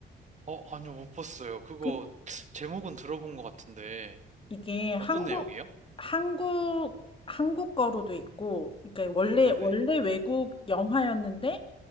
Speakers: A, on the right; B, on the left.
A: 어, 아니요, 못 봤어요. 그거,
B: 그,
A: 제목은 들어본 것 같은데,
B: 이게 한국,
A: 어떤 내용이에요?
B: 한국, 한국 거로도 있고, 그러니까 원래,
A: 네네.
B: 원래 외국 영화였는데,